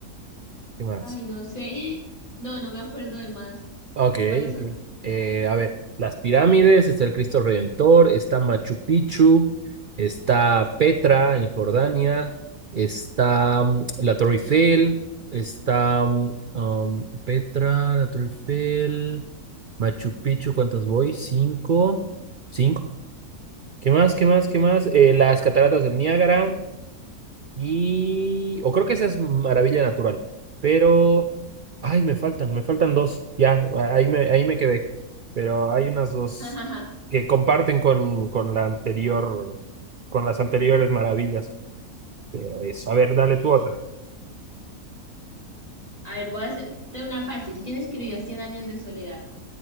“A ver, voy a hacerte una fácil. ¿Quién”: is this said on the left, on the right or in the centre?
Left